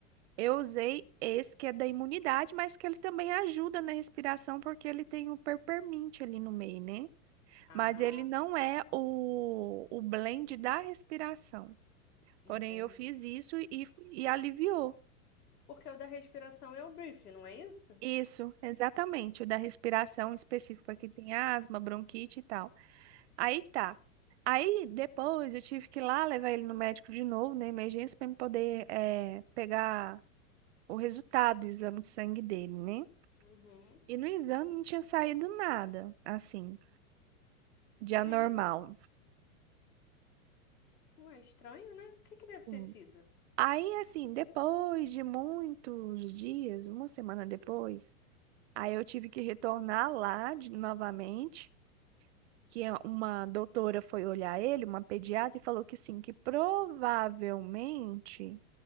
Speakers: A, on the right; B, on the left.
A: Eu usei esse que é da imunidade, mas que ele também ajuda na respiração porque ele tem o peppermint ali no meio, né?
B: ah,
A: Mas ele não é o, o blend da respiração.
B: entendi.
A: Porém, eu fiz isso e, e aliviou.
B: Porque o da respiração é o brief, não é isso?
A: Isso, exatamente, o da respiração específico para quem tem asma, bronquite e tal. Aí tá. Aí depois eu tive que ir lá levar ele no médico de novo, na emergência, para me poder eh, pegar o resultado do exame de sangue dele, né?
B: Uhum.
A: E no exame não tinha saído nada, assim, de
B: Gente,
A: anormal.
B: ué, estranho, né? O que que deve
A: Hum.
B: ter sido?
A: Aí, assim, depois de muitos dias, uma semana depois, aí eu tive que retornar lá de- novamente, que a- uma doutora foi olhar ele, uma pediatra, e falou que sim, que provavelmente,